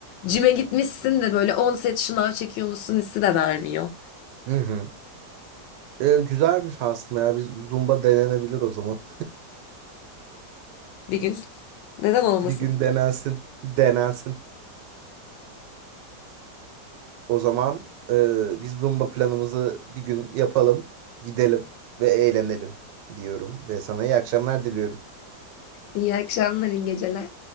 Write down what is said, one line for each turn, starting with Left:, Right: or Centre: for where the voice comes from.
Left: cime gitmişsin de böyle 10 set şınav çekiyormuşsun hissi de vermiyor.
Right: Hı hı. Ee, güzelmiş aslında ya. Biz Zumba denenebilir o zaman.
Left: Bir gün. Neden olmasın?
Right: Bir gün denensin. Denensin. O zaman e, biz Zumba planımızı bir gün yapalım. Gidelim ve eğlenelim diyorum. Ve sana iyi akşamlar diliyorum.
Left: İyi akşamlar, iyi geceler.